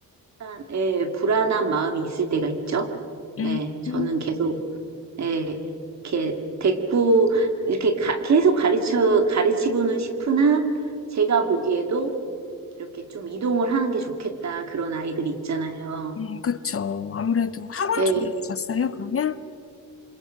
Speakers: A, on the right (about 50°); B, on the left (about 40°).
A: 일단, 예, 불안한 마음이 있을 때가 있죠.
B: 음,
A: 예, 저는
B: 음,
A: 계속, 예, 이렇게 대꾸, 이렇게 가- 계속 가르쳐, 가르치고는 싶으나, 제가 보기에도 이렇게 좀 이동을 하는 게 좋겠다. 그런 아이들이 있잖아요.
B: 음, 그쵸. 아무래도 학원
A: 예,
B: 쪽에 계셨어요, 그러면?